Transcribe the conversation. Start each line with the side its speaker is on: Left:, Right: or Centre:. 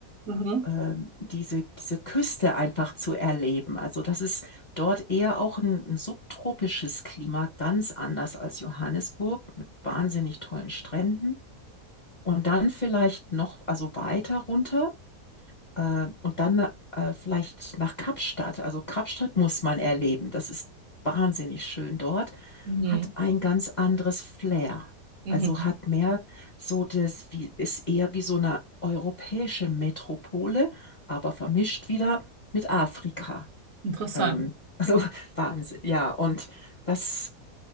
Right: Mhm.
Left: ähm, diese, diese Küste einfach zu erleben. Also das ist dort eher auch ein, ein subtropisches Klima, ganz anders als Johannesburg mit wahnsinnig tollen Stränden. Und dann vielleicht noch, also weiter runter äh, und dann äh, vielleicht nach Kapstadt. Also Kapstadt muss man erleben. Das ist wahnsinnig schön dort.
Right: Mhm.
Left: Hat ein ganz anderes Flair.
Right: Mhm.
Left: Also hat mehr so das, wie, ist eher wie so eine europäische Metropole, aber vermischt wieder mit Afrika.
Right: Interessant.
Left: Ähm, also <laughs> Wahnsinn, ja. Und das,